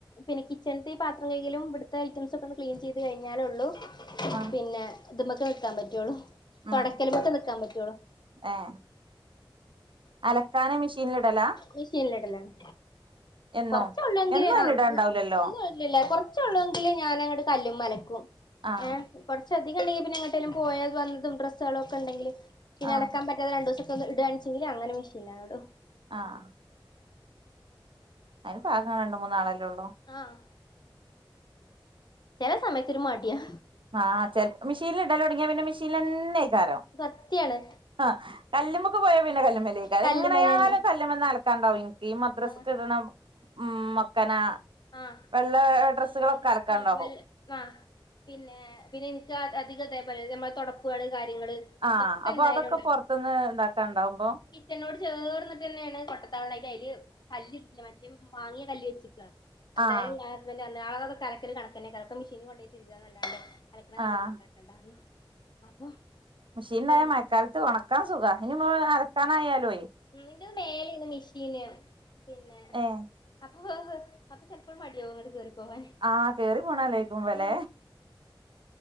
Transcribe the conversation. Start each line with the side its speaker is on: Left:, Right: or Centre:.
Left: പിന്നെ കിച്ചൺത്തെ ഈ പാത്രം കഴ്കലും ഇവട്ത്തെ ഐറ്റംസൊക്കൊന്ന് ക്ലീൻ ചെയ്ത് കഴിഞ്ഞാലൊള്ളൂ
Right: ആഹ്
Left: പിന്നെ ഇത് മ്മക്ക് നിക്കാം പറ്റ്വോള്ളു.
Right: ഉം
Left: തൊടക്കല്മ്മക്ക് നിക്കാം പറ്റോള്ളു.
Right: ഏഹ് അലക്കാന് മിഷീൻലിടലാ.
Left: മിഷീൻലിടലാണ്
Right: എന്നും
Left: കൊറ്ച്ചൊള്ളെങ്കില്
Right: എന്നും അയിനിടാണ്ടാവൂലല്ലോ
Left: ആഹ് <unintelligible> എന്നുടലില്ല കൊറ്ച്ചോള്ളെങ്കില് ഞാനങ്ങട് കല്ല് മ്മലക്കും
Right: ആഹ്
Left: ഏഹ് കൊറ്ച്ചധികണ്ടെങ്കി പിന്നെ എങ്ങട്ടേലും പോയേത് വന്നതും ഡ്രസ്സോളക്കെണ്ടെങ്കില് പിന്നലക്കൻ
Right: ആഹ്
Left: പ റ്റാതെ രണ്ടൂസൊക്കൊന്ന് ഇടാണെച്ചെങ്കില് അങ്ങനെ മെഷീൻലാടും.
Right: ആഹ് ആഹ് അയിന് പ്പാക ഇങ്ങള് രണ്ട് മൂന്നാളെല്ലൊള്ളൂ?
Left: ആഹ് ചെല സമയത്തൊരു മട്യാ
Right: ആഹ് ചെൽ മിഷീനില് ടലൊട്ങ്ങ്യാ പിന്നെ മെഷീനിലെന്നെയ്ക്കാരം.
Left: സത്യാണ്.
Right: ആഹ് കല്ല്മ്മക്ക് പോയാ പിന്നെ കല്ല്മ്മലേക്കാരം
Left: കല്ലുമലന്നെ
Right: എങ്ങനായാലും കല്ലുമ്മന്നലക്കാണ്ടാവും ഇൻ ഈ മദ്രസ്ക്ക്ട്ണ
Left: ആഹ്
Right: ഉം മക്കന.
Left: ആഹ്
Right: വെള്ള ഡ്രസ്സുകളൊക്കലക്കാണ്ടാവും.
Left: ആഹ് പിന്നെ ആഹ് വല്ല ആഹ് പിന്നെ പിന്നെ ഇൻക്ക് അത് അധികതെ പോല ഞമ്മളെ തൊടപ്പള് കാര്യങ്ങള്
Right: ആഹ്
Left: ഇതൊക്കെ
Right: അപ്പൊ
Left: എന്തായാലും
Right: അതൊക്കെ പൊറ്ത്ത്ന്ന് താക്കാണ്ടാവുമ്പോ.
Left: ക്കന്നോട് ചേർന്ന്ട്ടെന്നെണ് കൊട്ടത്തള <unintelligible> അയ്റ്റയ്ല് കല്ല്ല്ല മറ്റേ മാങ്ങ്യ കല്ല് വെച്ചക്കാ. എന്തായാലും
Right: ആഹ്
Left: ഞാ ഹസ്ബൻറ് നോട റഞ്ഞു. എന്തായാലും ഞാ ഹസ്ബെൻഡർഞ്ഞ് അതൊക്കെ അലക്കല് കണക്കെന്നെക്കാരം ഒക്കെ മിഷിനില് കൊണ്ടോയി തിര്മ്പാനല്ലാതെ അലക്ക്ണ കല്ലൊന്നു
Right: ആഹ്
Left: ണ്ടാ ക്കണ്ടാർഞ്ഞ്. അപ്പൊ
Right: മിഷീനിലായാ
Left: പിന്നെ
Right: മയക്കാലത്ത് ഒണക്കാൻ സുഖാ ഇനിപ്പോ അലക്കാനായാലൊയ്.
Left: ഇണ്ണിന്റെ മേലേണ് മിഷീന് പിന്നെ
Right: ഏഹ്
Left: അപ്പൊ വേ അപ്പൊ ചെല് പ്പോ മട്യാവും അങ്ങട്ട് കേറി പോവാന്.
Right: ആഹ് കേറി പോണാലോയ്ക്കുമ്പലെ
Left: ഉം